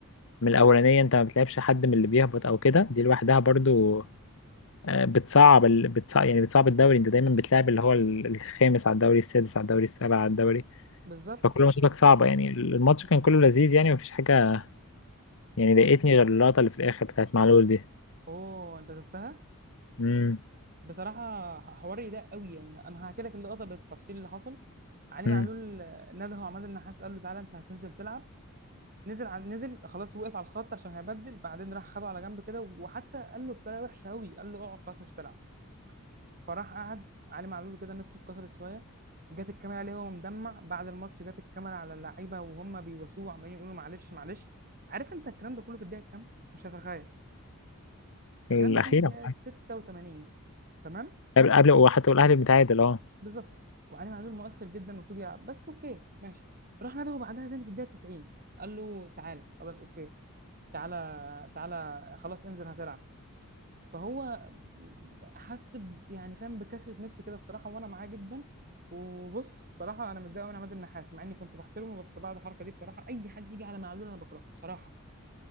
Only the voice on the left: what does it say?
من الاولانيه انت ما بتلعبش حد من اللي بيهبط او كده دي لوحدها برضو آه، بتصعب ال... بتصعب يعني بتصعب الدوري انت دايما بتلعب اللي هو ال- الخامس على الدوري السادس على الدوري السابع على الدوري
فكل ماتشاتك صعبه يعني الماتش كان كله لذيذ يعني مفيش حاجه يعني ضايقتني غير اللقطه اللي في الاخر بتاعت معلول دي
امم
امم
الاخيره
قبل قبل وحتى والاهلي متعادل اه